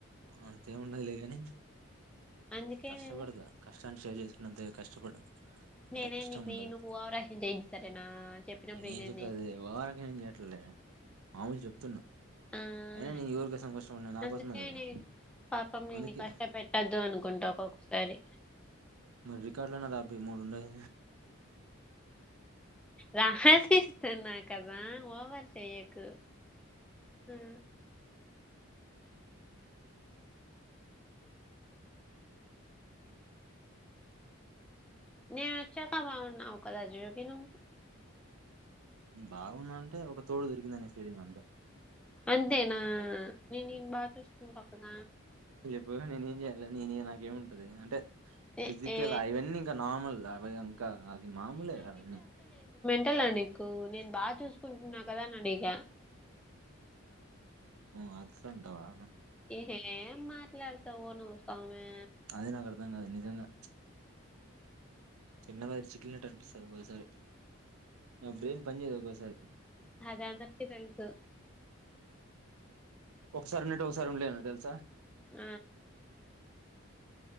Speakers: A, on the right (about 85°); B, in the centre.
A: అంతేమి ఉండదు లే కాని
B: అందుకే
A: కష్టపడదా
B: నేను
A: కష్టాన్ని షేర్ చేసుకున్న అంతే కష్టపడ్ అంటే
B: నేనే
A: ఇష్టం
B: నీకు
A: ఉండదు
B: నేను ఓవరాక్షన్ చేయను సరేనా చెప్పినప్పుడు
A: నేం
B: వినేది
A: చెప్పేది అదే ఓవర్ అక్షన్ ఎం చేయట్లే లే మామూలు చెప్తున్నా
B: ఆ
A: అయినా నేను ఎవరి కోసం కష్ట పడిన నా
B: అందుకే
A: కోసమే కదా
B: నే పాపం నేను
A: అందుకే
B: కష్ట పెెట్టద్దు అనుకుంటా ఒక్కొక్కసారి
A: మరి రికార్డులన్న రాపి్ మూడు ఉంన్నాయ్
B: రాసిస్తున్న కదా ఓవర్ చేయకు హు నీనిచ్చాక బాగున్నావ్ కదా జోగి నువ్
A: బాగుంన్న అంటే ఒక తోడు దొరికిందనే ఫీలింగ్ అంతె
B: అంతేనా నేను నేన్ను బా చూసుకుం పక్కన
A: పోయిన నినేం చేయలే నినే ఇగ నాక్ గేముంటది అంటే
B: ఏ
A: ఫిజికల్
B: ఏ
A: అవన్నీ ఇంకా నార్మల్ అన్ కా అది మామూలే అవన్ని
B: ట్టలా నీకు నేను బాగా చూసుకుంటున్నా కదా అని అడిగా
A: హు అట్లన్టావా
B: ఏ హే ఎం మాట్లాడ్ త్తవో నువ్ స్వామి
A: అదేనక్ ఆర్ ర్ధం కాదు నిజంగా చిన్న మెదడు చికిల్నాట్టు అపిస్తుాది ఒకొక్కసారి నా బ్రెయిన్ పనిచెయదు ఒకొక్ సరి
B: అది అందరికి తెలుసు
A: ఒకసారి ఉన్నట్టు ఒకసారి ఉండలేను తెలుసా
B: ఆ